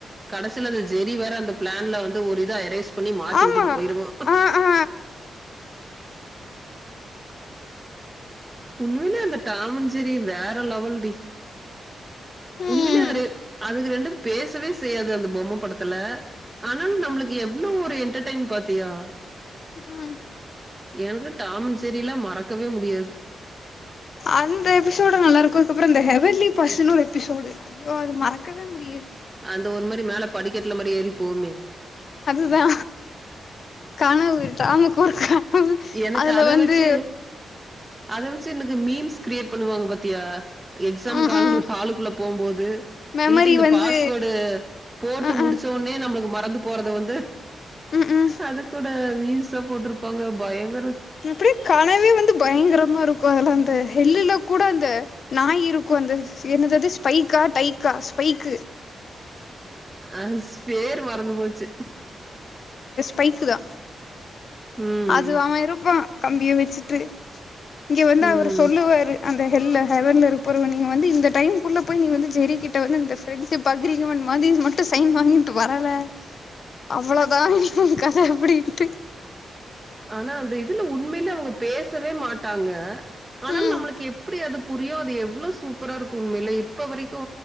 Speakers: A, on the right; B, on the left.
A: கடசில அந்த ஜெரி வேற அந்த பிளான்ல வந்து ஒரு இத எரேஸ் ணி மாத்தி
B: ஆமா
A: உட்டுட்டு போயிருவோ
B: ஆ ஆ
A: உண்மயிலே அந்த டாம் அண்ட் ஜெரி வேற லெவல் டி
B: ம்
A: உண்மையிலே அதுரே அது ரெண்டும் பேசவே செய்யாது அந்த பொம்ம படத்துல ஆனாலு நம்ளுக்கு எவ்ளோ ஒரு என்டர்டெய்ன் பாத்தியா
B: உம்
A: எனக்கு டாம் அண்ட் ஜெரிலா மறக்கவே முடியாது
B: அந்த பிரிஸ்சோட நல்லாருக்கோ அதுக்கப்பறோ இந்த ஹெவர்லி பர்ஸ்சுன்னு ஒரு எபிசோடு ஐயோ அது மறக்கவே முடியாது
A: அந்த ஒரு மாரி மேல படிக்கட்டுல மாரி ஏறிப்போமே
B: ஆ கானாவ்வொய்டா ஆமாக்கொரு கனவு
A: எனக்கு
B: அதுல
A: அதை
B: வந்து
A: வச்சு அத வெச்சு எனக்கு மீம்ஸ் கிரியேட் பண்ணுவாங்க பாத்தியா எக்ஸாக்
B: ம்
A: <unintelligible>
B: ம்
A: ஹாலுக்குள்ள போம்போது
B: மெமரி
A: இல்லட்டி இந்த
B: வந்து
A: பாஸ்வேர்டு போட்டு
B: ம்
A: முடிச்சவோனே
B: ம்
A: நம்ளுக்கு ம நந்து போறது வந்து
B: ம் ம்
A: அது கூட மீம்சா போட்டுருப்பாங்க பயங்
B: இப்டி கனவே வந்து பயங்கரமா இருக்கோ அதுல அந்த ஹெல்லுல கூட அந்த நாயிருக்கோ அந்த சே என்னதது ஸ்பைக்கா டைக்கா ஸ்பைக்
A: அ <unintelligible> வந்து போச்சு
B: பைக்குதா
A: ம்.
B: அது அவ இருப்பா கம்பிய வெச்சுட்டு இங்க வந்து
A: ம்.
B: அவரு சொல்லுவாரு அந்த ஹெல்ல ஹெவன்ல இருப்பருவ நீங்க வந்து இந்த டைம்க் குள்ள போய் நீ வந்து ஜெரி கிட்ட வந்து இந்த ஃப்ரெண்ட்ஷிப் <unintelligible> மாதி ஸ்மார்ட் டு சைன் வாங்கி டு வரல அவ்ளோதா உ கத அப்டின்ட்டு
A: ஆனா அந்த இதுல உண்மைல அவுங்க பேசவே மாட்டாங்க ஆனாலு
B: ம்
A: நம்ளுக்கு எப்டி அதுப் புரியோ அது எவ்ளோ சூப்பரா இருக்கு உண்மைலே இப்ப வரிக்கோ